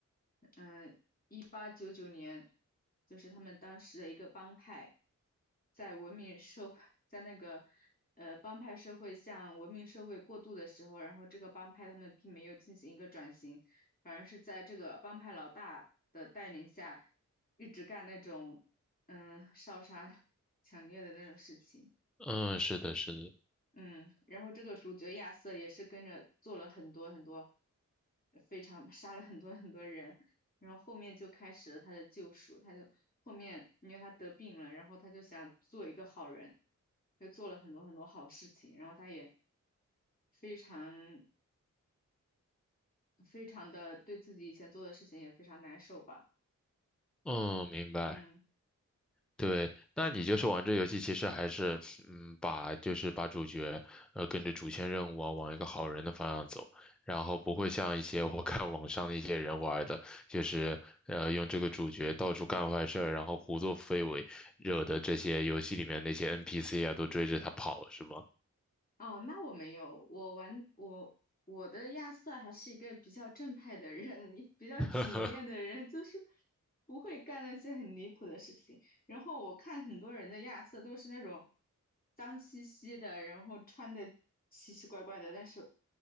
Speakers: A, on the left; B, in the centre.
A: 嗯、一八九九年，就是他们当时的一个帮派，在文明社会，在那个呃帮派社会向文明社会过渡的时候，然后这个帮派他们并没有进行一个转型，反而是在这个帮派老大的带领下，一直干那种嗯烧杀 <laughs> 抢掠的那种事情。
B: 嗯，是的，是的，
A: 嗯，然后这个主角亚瑟也是跟着做了很多很多，非常杀了很多很多人，然后后面就开始了他的救赎，他就后面因为他得病了，然后他就想做一个好人，就做了很多很多好事情，然后他也非常非常的对自己以前做的事情也非常难受吧，
B: 嗯，明白。
A: 嗯。
B: 对，那你就是玩这游戏，其实还是，嗯，把就是把主角，呃，跟着主线任务啊，往一个好人的方向走，然后不会像一些我看网上的一些人玩的，就是，呃，用这个主角到处干坏事儿，然后胡作非为，惹的这些游戏里面那些 NPC 啊都追着他跑，是吗？
A: 哦，那我没有，我玩我我的亚瑟还是一个比较正派的人，<laughs> 比较体面的人，
B: <laughs>
A: 就是不会干那些很离谱的事情。然后我看很多人的亚瑟都是那种脏兮兮的，然后穿的奇奇怪怪的，但是